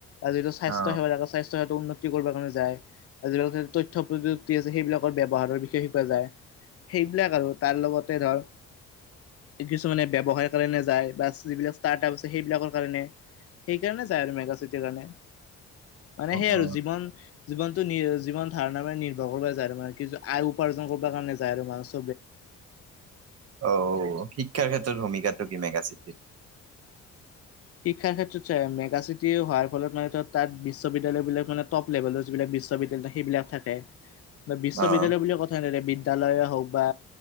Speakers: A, on the left (about 50°); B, on the right (about 55°).
A: যিটো স্বাস্থ্য
B: অ
A: সেৱা স্বাস্থ্য সেৱাটো উন্নতি কৰিব কাৰণে যায় আৰু তথ্য প্ৰযুক্তি আছে সেইবিলাকৰ ব্যৱহাৰ বিষয়ে শিকোৱা যায় সেইবিলাক আৰু তাৰ লগতে ধৰ কিছুমানে ব্যৱসায়ৰ কাৰণে যায় বা যিবিলাক চাৰ্টাব আপ আছে সেইবিলাকৰ কাৰণে সেইকাৰণে যায় আৰু মেগা চিটিৰ কাৰণে মানে
B: অ
A: সেইৰ আৰু
B: অ
A: জীৱন জীৱনটো নি জীৱন ধাৰণাৰ মানে নিৰ্ভৰ কৰিব যায় আৰু মানে কি আয় উপাৰ্জন কৰিব কাৰণে যায় আৰু মানুহ
B: অ শিক্ষাৰ ক্ষেত্ৰত ভূমিকা সেইটো কি মেগা চিটি?
A: শিক্ষাৰ ক্ষেত্ৰত মেগ চিটি হোৱাৰ ফলত মানে তাত বিশ্ববিদ্যালয় বিলাক মানে টপ্ লেভেলৰ যিবিলাক বিশ্ববিদ্যালয় সেইবিলাক থাকে বা বিশ্ববিদ্যালয়
B: অ',
A: বুলিয়ে কথা এনে বিদ্যালয়য়ে হওক বা